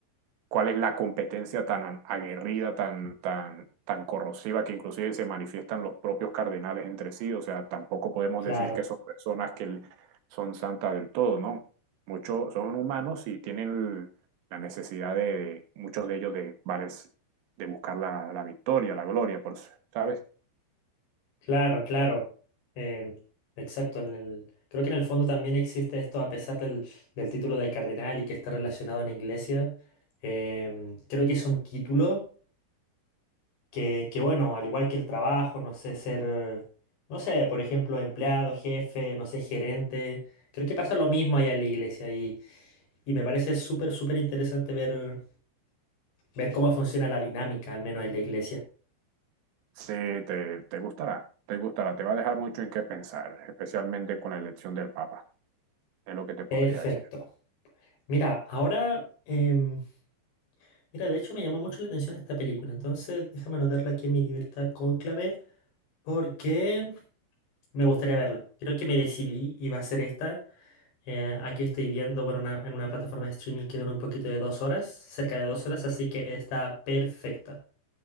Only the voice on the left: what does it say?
Claro,
claro, claro. Em, exacto. En el, creo que en el fondo también existe esto, a pesar del, del título de cardenal y que está relacionado en iglesia. Em, creo que es un título. que, que bueno, al igual que el trabajo, no sé, ser, no sé, por ejemplo, empleado, jefe, no sé, gerente, creo que pasa lo mismo allá en la iglesia y, y me parece súper, súper interesante ver, ver cómo funciona la dinámica, al menos en la iglesia.
Perfecto.
Mira, ahora... em, Mira, de hecho me llamó mucho la atención esta película, entonces déjame anotarla aquí en mi libreta Cónclave porque me gustaría verla. Creo que me decidí y va a ser esta. Eh, aquí estoy viendo bueno, una- en una plataforma de streaming que dura un poquito de dos horas, cerca de dos horas, así que está perfecta.